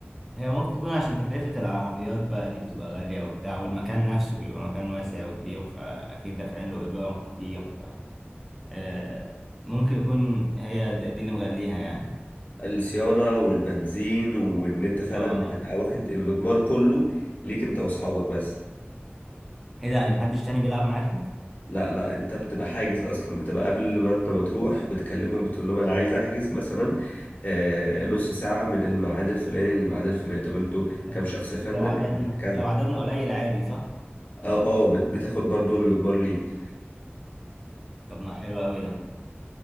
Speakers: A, in the centre; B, on the left (about 40°).
A: هي ممكن تكون عشان تكلفة العربيات بقى دي بتبقى غالية وبتاع والمكان نفسه بيبقى مكان واسع وكبير فأكيد دافعين له إيجار كتير ف آه، ممكن يكون هي دي اللي مغليها يعني
B: الصيانة والبنزين وان انت فعلا
A: اه
B: بتبقى واخد المضمار كله ليك انت واصحابك بس
A: ايه ده يعني محدش تاني بيلعب معاكم؟
B: لا لا انت بتبقى حاجز اصلا بتبقى قبل ما انت ما تروح بتكلمهم بتقول لهم انا عايز احجز مثلا آه نص ساعة من الميعاد الفلاني للميعاد الفلاني طب انتوا
A: طب
B: كام شخص يا فندم
A: لو عددنا
B: احنا كذا
A: لو عددنا قليل عادي صح؟
B: اه اه بت- بتاخد برضو المضمار ليك
A: طب ما حلو أوي ده